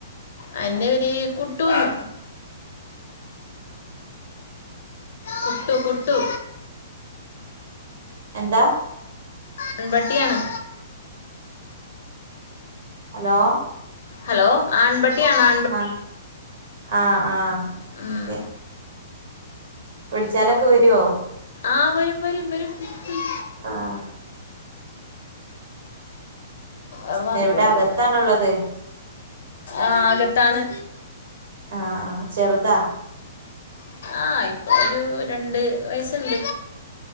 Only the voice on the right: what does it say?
എന്താ
ഹലോ
ആഹ് ആഹ് ആഹ്
ഓക്കെ വിള്ച്ചാലൊക്കെ വെരോ
ആഹ്
എവിടെ
അകത്താണുള്ളത്
ആഹ് ആഹ് ചെറുതാ